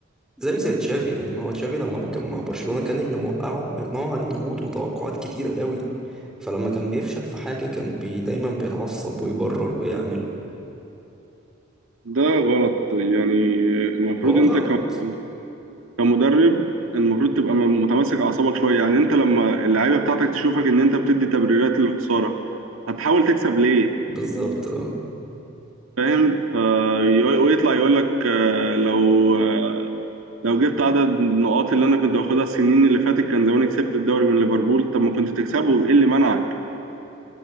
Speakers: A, in the centre; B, on the right.
A: زي زي تشافي يعني ما هو تشافي لما كان مع برشلونة كان اللي موقعه ان هو عليه ضغوط وتوقعات كتير قوي فلما كان بيفشل في حاجة كان بي دايما بيتعصب ويبرر ويعمل
B: ده غلط يعني المفروض
A: هو
B: انت
A: غلط
B: كم- كمدرب المفروض تبقى م- متماسك اعصابك شويه يعني انت لما اللعيبه بتاعتك تشوفك ان انت بتدي تبريرات للخساره هتحاول تكسب ليه
A: بالظبط اه
B: فاهم فيقول- ويطلع يقول لك آه، لو آه، لو جبت عدد النقاط اللي انا كنت باخدها السنين اللي فاتت كان زماني كسبت الدوري من ليفربول طب ما كنت تكسبه ايه اللي منعك